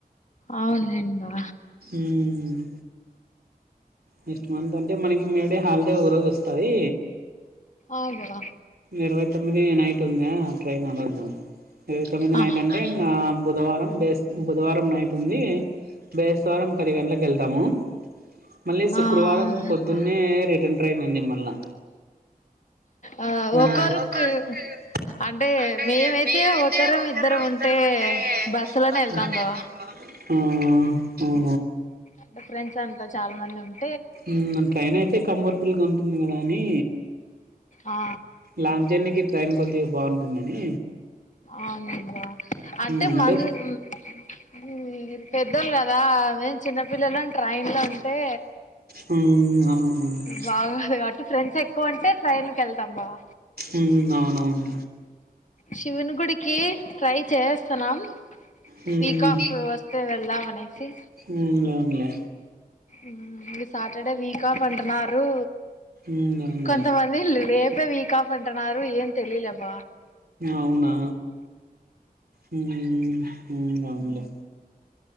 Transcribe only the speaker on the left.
అవునులేన్ బా
ఆ గద
ఆ
ఆ అవునండి
బా
ఆ ఒకరికి
అంటే మేమైతే ఒకరం ఇద్దరం ఉంటే
బస్సు లోనే వెళ్తాం బావ అంటే ఫ్రెండ్స్ అన్ చాలా మంది ఉంద్
ఆ
అవునబ్బా అంటే
మన్ ఇది వేరు పెద్దలు కదా మేము చిన్నపిల్లలం ట్రైన్ లో అంటే
బాగోదు కాబట్టి ఫ్రెండ్స్ ఎక్కువ ఉంటే ట్రైన్ కెళ్తాం బావ
శివుని గుడికి ట్రై చేస్తున్నాం
వీక్ ఆఫ్ వస్తే వెళ్ళాలనేసి
మ్మ్ ఈ సాటర్డే వీక్ క్ ఆఫ్ అంటున్నారు
కొంతమంది రేపే వీక్ ఆఫ్ అంటున్నారు ఏం తెలీలేబ